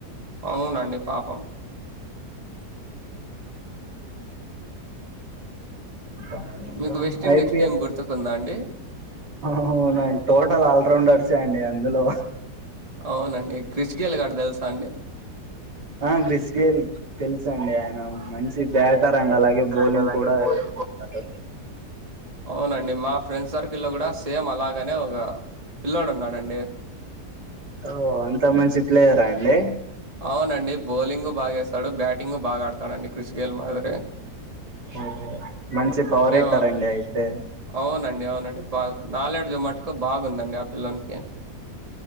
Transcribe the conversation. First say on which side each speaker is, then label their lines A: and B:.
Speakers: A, on the right (about 20°); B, on the right (about 75°).
A: అవునండి పాపం
B: అ
A: మీకు వెస్టిండీస్
B: ఐపిఎల్
A: టీం గుర్తుకుందా అండి
B: అ అవునండి టోటల్ ఆల్రౌండర్స్యే అండి అందులో
A: అవునండి క్రిష్ గేలు గాడు తెలుసా అండి
B: ఆ గ్రిస్ గేల్ తెలిసిండి ఆయన మంచి బ్యాట్ ఇంటారండి అలాగే బౌలింగ్
A: రండి అలాగే
B: కూడా
A: బౌలింగ్
B: వేస్తుంటారు
A: కు అవునండి మా ఫ్రెండ్ సర్కిల్లో కూడా సేమ్ అలాగనే ఒక పిల్లాడు ఉన్నాడండి
B: ఓ అంత మంచి ప్లేయరా అండి
A: అవునండి బౌలింగు బాగా చేస్తాడు బ్యాటింగు బాగా ఆడతాడుండి క్రిష్ గేల్ మాదిరి
B: ఓ మంచి పవర్
A: ఏ
B: హిట్టర్ అండి అయితే
A: అవునండి అవునండి బాగా నాలెడ్జుమటుకు బాగుందండి ఆ పిల్లోనికి